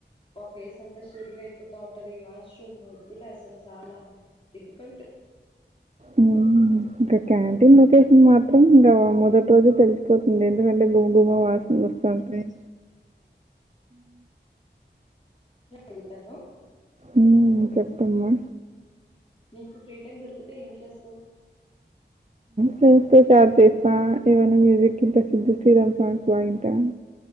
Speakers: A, on the left; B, on the right.
A: ఫేస్ అంత ఉరికనే అయిపోతా ఉంటది వాష్రూమ్ వద్దులే అసలు చాలా డిఫికల్ట్
B: మ్మ్. ఇంకా క్యాంటీన్ లొకేషన్ మాత్రం ఇంకా మొదటి రోజు తెలిసిపోతుంది ఎందుకంటే గుమ గుమ వాసనలోస్తత ఉంటాయి
A: అగుతాను
B: మ్మ్ చెప్పమ్మా
A: నీకు ఫ్రీ టైం దొరికితే ఏం చేస్తావు
B: ఫ్రెండ్స్ తో చాట్ చేస్తా ఏమైనా మ్యూజిక్ కింటే సిద్దు శ్రీరామ్ సాంగ్స్ బాగింటా